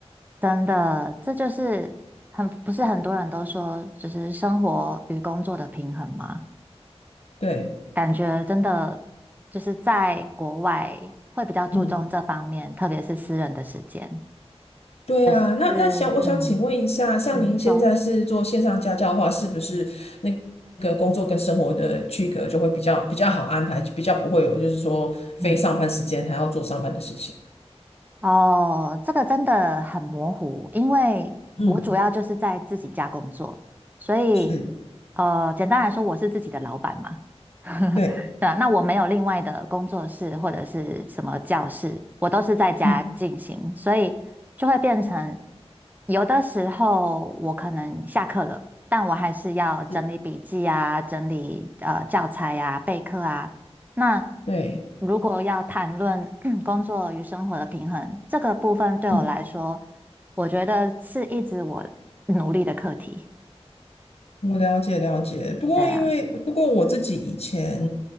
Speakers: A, on the right; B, on the left.
A: 真的，这就是很，不是很多人都说，就是生活与工作的平衡吗？
B: 对，
A: 感觉真的就是在国外会比较注重这方面，
B: 嗯，
A: 特别是私人的时间。
B: 对啊。
A: 是，
B: 那那想我想请问一下，
A: 嗯
B: 像您现在是做线上家教的话，
A: 嗯，你说，
B: 是不是那个工作跟生活的区隔就会比较比较好安排，比较不会有就是说非上班时间还要做上班的事情？
A: 嗯，哦，这个真的很模糊，因为我主要就是在自己家工作，
B: 嗯，
A: 所以呃，
B: 是，
A: 简单来说，我是自己的老板嘛。<laughs>
B: 对。
A: 对啊，那我没有另外的工作室或者是什么教室，我都是在家进行，
B: 嗯，
A: 所以就会变成有的时候我可能下课了，但我还是要整理笔记啊，
B: 是
A: 整理呃教材啊，备课啊。那
B: 对，
A: 如果要谈论 <clears throat> 工作与生活的平衡，这个部分对我来说，
B: 嗯，
A: 我觉得是一直我努力的课题。
B: 我了解了解，不过因为不过我自己以前
A: 对啊，